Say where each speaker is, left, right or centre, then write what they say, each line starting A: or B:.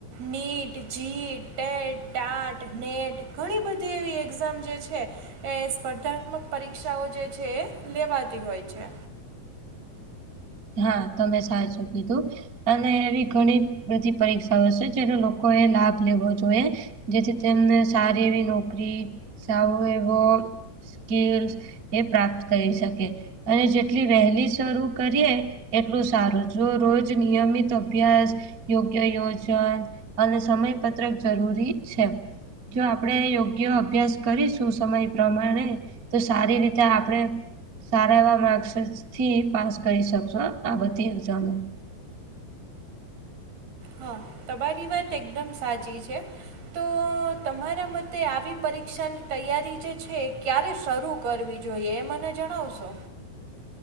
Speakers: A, on the right (about 75°); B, on the right (about 50°).
A: NEET JEE TET TAT NET ઘણી બધી એવી એક્ઝામ જે છે એ સ્પર્ધાત્મક પરીક્ષાઓ જે છે એ લેવાતી હોય છે.
B: હા તમે સાચું કીધું અને એવી ઘણી બધી પરીક્ષાઓ છે જેનો લોકો એ લાભ લેવો જોઈએ. જેથી તેમને સારી એવી નોકરી સાવ એવો સ્કીલસ એ પ્રાપ્ત કરી શકે અને જેટલી વહેલી શરૂ કરીએ એટલું સારું જો રોજ નિયમિત અભ્યાસ યોગ્ય યોજન અને સમયપત્રક જરૂરી છે. જો આપણે યોગ્ય અભ્યાસ કરીશું સમય પ્રમાણે તો સારી રીતે આપણે સારા એવા માર્ક્સથી પાસ કરી શકો. જ આ બધી એકઝામો
A: હા તમારી વાત એકદમ સાચી છે. તો તમારા મતે આવી પરીક્ષાની તૈયારી જે છે એ ક્યારે શરૂ કરવી જોઈએ એ મને જણાવશો?